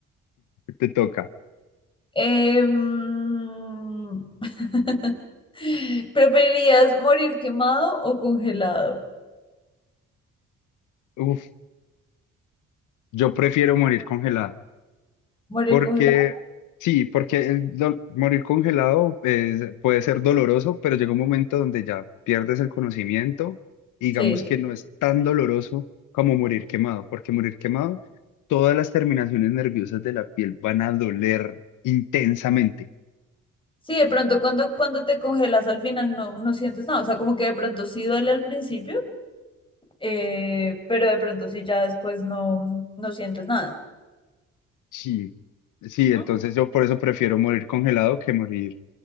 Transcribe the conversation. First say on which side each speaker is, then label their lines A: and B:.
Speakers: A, on the left; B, on the left.
A: Te toca.
B: Em, <laughs> ¿Preferirías morir quemado o congelado?
A: Uf, yo prefiero morir congelada.
B: Morir
A: Porque,
B: congelado,
A: sí, porque el dol- morir congelado es- puede ser doloroso, pero llega un momento donde ya pierdes el conocimiento y digamos
B: sí.
A: que no es tan doloroso como morir quemado, porque morir quemado, todas las terminaciones nerviosas de la piel van a doler intensamente.
B: Sí, de pronto cuando, cuando te congelas al final no, no sientes nada, o sea, como que de pronto sí duele al principio, eh, pero de pronto sí ya después no, no sientes nada.
A: Sí, sí, entonces
B: Mm,
A: yo por eso prefiero morir congelado que morir,